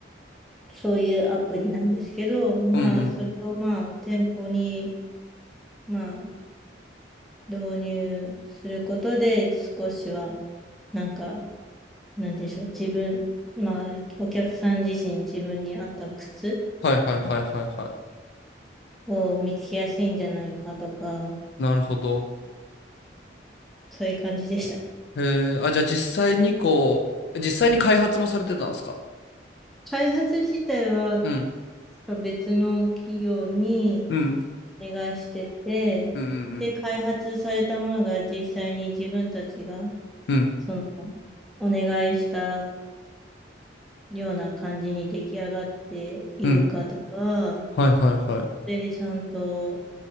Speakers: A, in the centre; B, on the left.
A: そういうアプリなんですけど、まあ、
B: うんうん。
A: それをまあ、店舗に、まあ、導入することで、少しは、なんか、なんでしょう、自分、まあ、お客さん自身、自分に合った靴
B: はいはいはいはいは
A: を見つけやすいんじゃないかとか、
B: い。なるほど。
A: そういう感じでした。
B: へえ。あ、じゃあ実際にこう、実際に開発もされてたんですか
A: 開発自体は、確
B: うん。
A: か別の企業に
B: うん。
A: お願いしてて、
B: うんうん
A: で、開発されたものが実際に自分たちが、
B: うん。うん。
A: その、お願いしたような感じに出来上がっているかとか、
B: うん。はいはいはい。
A: それでちゃんと、